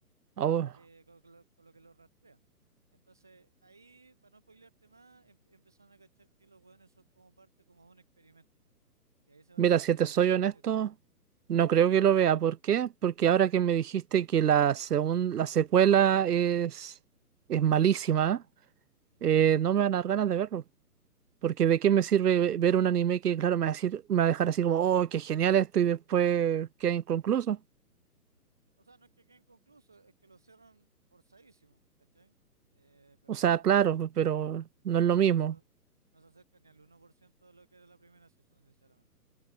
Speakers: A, on the right; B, in the centre.
A: Oh,
B: que, con, con lo, con lo que lo rastrea. Entonces, ahí, para no spoilearte más, em- empezaron a cachar que los buenos son como parte como un experimento. Y ahí se va
A: mira,
B: desentrañando
A: si te soy honesto,
B: como la historia.
A: no creo que lo vea. ¿Por qué? Porque ahora que me dijiste que la, segun- la secuela es, es malísima.
B: Ujú.
A: eh, no me van a dar ganas de verlo. Porque de qué me sirve ve- ver un anime que, claro, me va a decir, me va a dejar así como, oh, qué genial esto y después queda inconcluso.
B: O sea, no es que quede inconcluso, es que lo cierran forzadísimo, ¿cachai? Eh, pero
A: O sea,
B: no,
A: claro,
B: eh,
A: pero no es lo
B: no,
A: mismo.
B: no se, no se acerca ni al uno por ciento de lo que era la primera season, sinceramente.